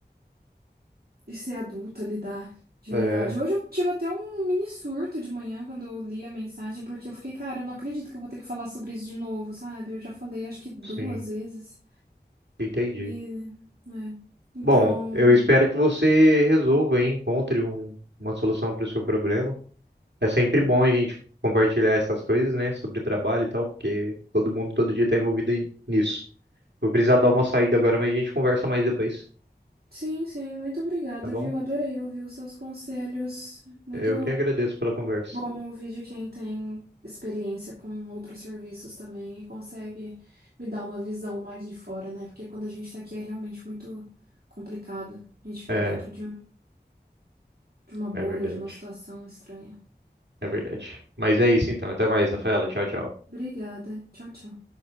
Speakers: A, on the right; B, on the right.
A: E ser adulta, lidar, de
B: é,
A: verdade. Hoje eu tive até um mini surto de manhã quando eu li a mensagem, porque eu fiquei, cara, eu não acredito que eu vou ter que falar sobre isso de novo, sabe? Eu já falei acho que duas
B: sim,
A: vezes.
B: entendi.
A: E, né? Então,
B: Bom, eu espero que você resolva e encontre um- uma solução para o seu problema. É sempre bom a gente compartilhar essas coisas, né, sobre trabalho e tal, porque todo mundo todo dia está envolvido em- nisso. Vou precisar dar uma saída agora, mas a gente conversa mais depois,
A: sim, sim, muito obrigada,
B: tá bom?
A: viu? Adorei ouvir os seus conselhos. Muito
B: Eu que agradeço pela conversa.
A: bom ouvir de quem tem experiência com outros serviços também e consegue me dar uma visão mais de fora, né? Porque quando a gente tá aqui é realmente muito complicado. A gente fica
B: É,
A: dentro de um de uma bolha,
B: é verdade.
A: de uma situação estranha.
B: É verdade. Mas é isso então. Até mais, Rafaela. Tchau, tchau.
A: Obrigada. Tchau, tchau.